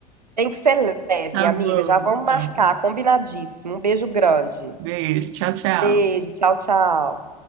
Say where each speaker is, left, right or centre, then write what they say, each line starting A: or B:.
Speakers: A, on the right; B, on the right.
A: Tem que ser leve,
B: Tá
A: minha amiga.
B: bom,
A: Já vamos marcar,
B: então.
A: combinadíssimo. Um beijo grande.
B: Beijo, tchau, tchau.
A: Beijo, tchau, tchau.